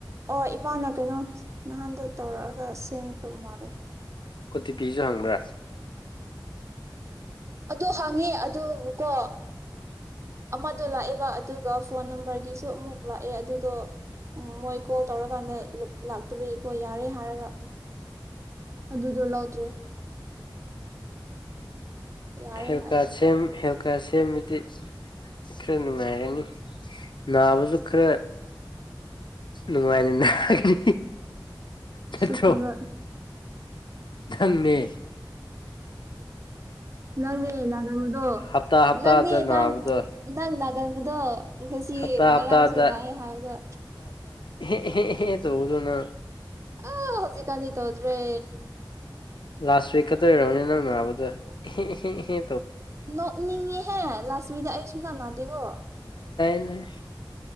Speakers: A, on the right; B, on the left.
A: ꯑꯣ ꯏꯃꯥꯅ ꯀꯩꯅꯣ ꯅꯍꯥꯟꯗꯣ ꯇꯧꯔꯛꯑꯒ ꯁꯦꯝꯈ꯭ꯔꯕ ꯃꯥꯜꯂꯦ
B: ꯀꯣꯇꯤ ꯄꯤꯁꯨ ꯍꯪꯕ꯭ꯔꯥ
A: ꯑꯗꯨ ꯍꯪꯉꯦ ꯑꯗꯨ ꯀꯣ ꯑꯃꯗꯣ ꯂꯥꯛꯑꯦꯕ ꯑꯗꯨꯒ ꯐꯣꯟ ꯅꯝꯕꯔꯒꯤꯁꯨ ꯑꯃꯨꯛ ꯂꯥꯛꯑꯦ ꯑꯗꯨꯗꯣ ꯃꯣꯏ ꯀꯣꯜ ꯇꯧꯔꯀꯥꯟꯗ ꯂꯥꯛꯇꯕꯒꯤꯀꯣ ꯌꯥꯔꯦ ꯍꯥꯏꯔꯒ ꯑꯗꯨꯗꯣ ꯂꯧꯗ꯭ꯔꯦ ꯌꯥꯔꯦ
B: ꯍꯦꯀ
A: ꯍꯥꯏꯌꯦ
B: ꯍꯦ ꯀ ꯁꯦꯝꯕꯗꯤ ꯈꯔ ꯅꯨꯡꯉꯥꯏꯔꯅꯤ ꯅꯥꯕꯁꯨ ꯈꯔ ꯅꯨꯡꯉꯥꯏꯅ ꯅꯥꯔꯅꯤ ꯠꯇ꯭ꯔꯣ
A: ꯁꯤꯠꯇꯕ
B: ꯊꯪꯃꯦ
A: ꯅꯪꯦ ꯅꯒꯟꯗꯣ
B: ꯍꯞꯇꯥ ꯍꯞꯇꯥꯗ
A: ꯅꯪꯦ
B: ꯅꯥꯕꯗꯣ
A: ꯅꯪ ꯅꯪ ꯅꯒꯟ ꯇꯗ ꯉꯁꯤ
B: ꯍꯞꯇꯥ
A: ꯉꯔꯥꯡꯁꯨ
B: ꯍꯞꯇꯥꯗ
A: ꯥꯛꯑ ꯍꯥꯏꯕꯗ
B: ꯑꯦꯦ ꯇꯗ ꯅ
A: ꯑ ꯍꯧꯖꯤꯛ ꯀꯅꯤ ꯇꯗ꯭ꯔꯦ
B: ꯂꯥꯁ ꯋꯤꯛꯀꯛꯇ ꯑꯣꯏꯔꯔꯕꯅꯤ ꯅꯪ ꯃꯥꯕꯗꯣ ꯏꯦ ꯏꯦ
A: ꯅꯣꯛꯅꯤꯡꯉꯤꯍꯦ ꯂꯥꯁꯋꯤꯗ ꯑꯩ ꯁꯨꯡꯅꯥ ꯅꯥꯗꯦꯀꯣ
B: ꯑ